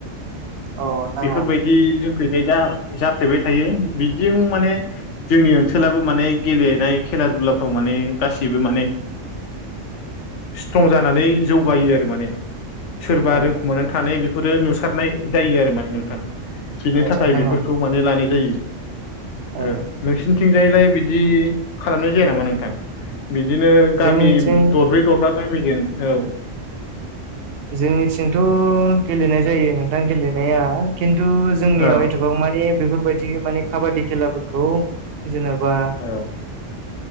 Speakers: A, on the right (about 60°); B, on the left (about 70°).
A: औ नोंथां
B: बेफोरबायदि
A: औ
B: जोंखैजाय जा फ्लेबाय थायो बिजों माने जोंनि ओनसोलाबो माने गेलेनाय खेला दुलाफ्राव माने गासैबो माने स्ट्रं जानानै जौगायो आरो माने सोरबा
A: औ
B: रोंखुमानानै थानाय बेफोरो नुसारनाय जायो आरो माने नोंथां बिनि
A: औ
B: थाखाय
A: नोंथां
B: बेफोरखौ
A: औ
B: माने लानाय जायो।
A: औ
B: ओ नोंसोरनिथिंजायलाय बिदि खालामनाय जाया नामा नोंथां? बिदिनो गामि
A: जोंनिथिं
B: दरब्रै दरबा गामिजों औ।
A: जोंनिथिंथ' गेलेनाय जायो नोंथां गेलेनाया खिन्थु जोंनियाव
B: औ
A: एथ'बां मानि बेफोरबायदि मानि काबादि खेलाफोरखौ जेनेबा
B: औ